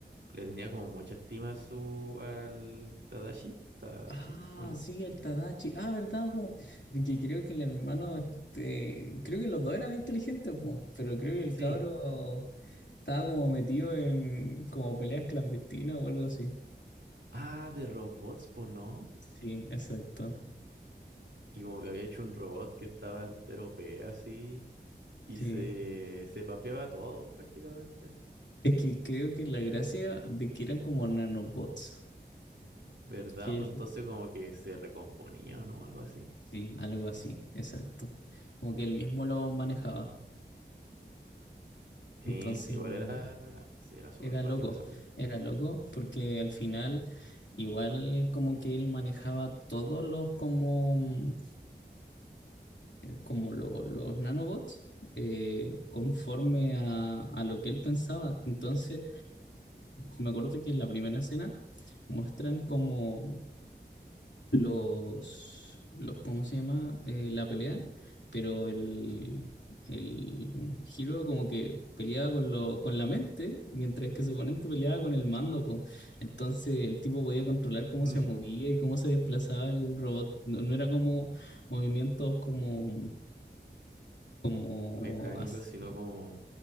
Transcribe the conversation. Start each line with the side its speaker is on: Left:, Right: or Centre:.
Right: le tenía como mucha estima a su al Tadashi, Tadashi,
Left: Ah,
Right: ¿o no?
Left: sí, el Tadachi. Ah, ¿verdad, po? De que creo que el hermano, este, creo que los dos eran inteligentes, po, pero creo que el
Right: Sí.
Left: cabro Estaba como metido en como peleas clandestinas o algo así.
Right: Ah, de robots, pues no.
Left: Sí, exacto.
Right: Y como que había hecho un robot que estaba entero P así y
Left: Sí.
Right: se, se papeaba a todos prácticamente.
Left: Es que creo que la gracia de que eran como nanobots.
Right: ¿Verdad?
Left: Que
Right: Pues
Left: él,
Right: entonces como que se recomponía, ¿no? Algo así.
Left: sí, algo así, exacto. Como que él mismo lo manejaba.
Right: Eh,
Left: Entonces,
Right: igual era,
Left: o-
Right: sí, era súper
Left: era
Right: cuático
Left: loco,
Right: esa cuestión.
Left: era loco, porque al final, igual como que él manejaba todos los como, mm, como lo- los nanobots eh, conforme a, a lo que él pensaba. Entonces, me acuerdo que en la primera escena muestran como los, los ¿cómo se llama? Eh, la pelea, pero el, el Hiro como que peleaba con, lo, con la mente, mientras que su oponente peleaba con el mando, po. Entonces el tipo podía controlar cómo
Right: <laughs>
Left: se movía y cómo se desplazaba el robot. No, no era como movimientos como, como
Right: mecánico,
Left: as-
Right: sino como